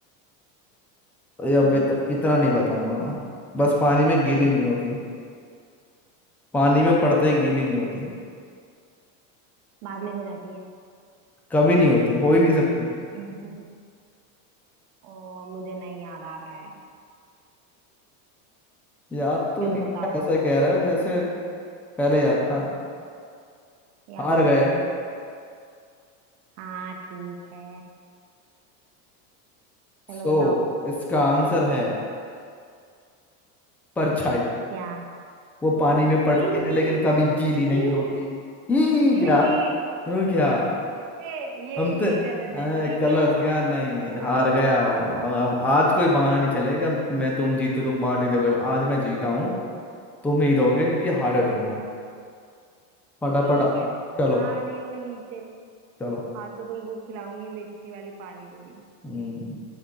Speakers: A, on the right; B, in the centre.
A: गीली
B: अब इत,
A: नहीं
B: इतना
A: होती
B: नहीं बताऊंगा मैं बस पानी में गीली नहीं
A: हम्म,
B: होती पानी में पड़ते ही गीली नहीं होती
A: बाद में हो जाती है
B: कभी नहीं होती हो ही नहीं सकती
A: <laughs> ओ, मुझे नहीं याद आ रहा है
B: याद तो
A: चलो
B: नहीं
A: बताओ
B: है, ऐसा कह रहे हो जैसे पहले याद था
A: याद
B: हार
A: तो
B: गए
A: था मुझे हाँ ठीक है
B: सो
A: चलो बताओ
B: इसका आंसर है परछाई
A: क्या
B: वो पानी में पड़ती
A: हम्म,
B: है लेकिन कभी गीली नहीं
A: हम्म,
B: होती ही क्या
A: नहीं
B: तू क्या
A: ए, ये
B: हम तो
A: ये
B: अ,
A: गलत है ठीक
B: गलत
A: है हाँ
B: क्या नहीं हार गया अब
A: <laughs>
B: अब आज कोई बहाना नहीं चलेगा मैं तुम जीते तुम पार्टी दोगे आज मैं जीता
A: हम्म,
B: हूँ तुम ही दोगे क्योंकि हारे तुम हो फटाफट
A: ठीक है
B: चलो
A: आ रही हूँ मैं नीचे
B: चलो
A: हाँ तो तुमको खिलाऊंगी मिर्ची वाली पानी पूरी
B: हम्म,